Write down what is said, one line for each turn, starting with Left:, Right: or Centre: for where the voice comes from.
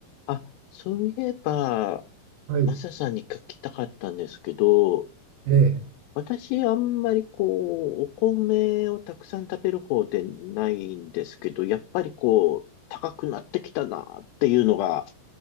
Left: あ、そういえば、
Right: はい、
Left: マサさんに聞きたかったんですけど、
Right: ええ、
Left: 私、あんまりこう、お米をたくさん食べる方でないんですけど、やっぱりこう、高くなってきたなっていうのが